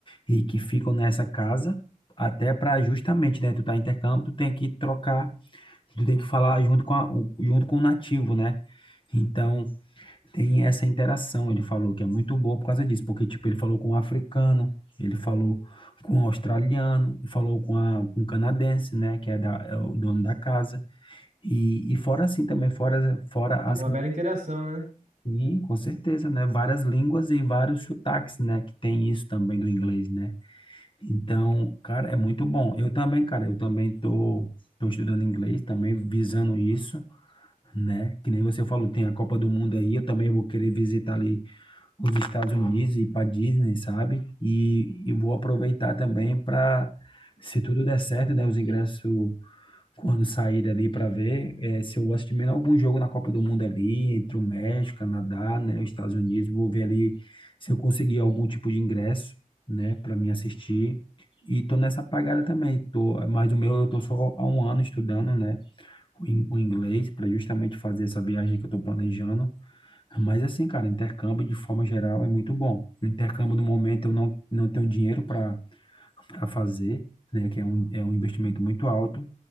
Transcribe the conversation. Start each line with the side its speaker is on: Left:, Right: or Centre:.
Left: e que ficam nessa casa, até para justamente, né? Tu tá em intercâmbio, tu tem que trocar, tu tem que falar junto com a- o- junto com o nativo, né? Então, tem essa interação, ele falou que é muito boa por causa disso, porque tipo, ele falou com um africano, ele falou com um australiano, ele falou com, a, com um canadense, né, que é, da, é o dono da casa. E, e fora assim também, fora, fora
Right: Teve
Left: assim,
Right: uma bela interação, né?
Left: e, com certeza, né, várias línguas e vários sotaques, né, que tem isso também do inglês, né. Então, cara, é muito bom. Eu também, cara, eu também tô, tô estudando inglês, também visando isso, né, que nem você falou, tem a Copa do Mundo aí, eu também vou querer visitar ali os Estados Unidos e para Disney, sabe? E, e vou aproveitar também para, se tudo der certo, né, os ingressos quando sair ali para ver, eh, se eu gosto de menos algum jogo na Copa do Mundo ali, entre o México, Canadá, né, os Estados Unidos, vou ver ali se eu conseguir algum tipo de ingresso, né, para mim assistir. E tô nessa pagada também, tô, mas o meu eu tô só há um ano estudando, né, o in- o inglês para justamente fazer essa viagem que eu tô planejando. Mas assim, cara, intercâmbio de forma geral é muito bom. O Intercâmbio no momento eu não, não tenho dinheiro para para fazer, né? Que é um, é um investimento muito alto.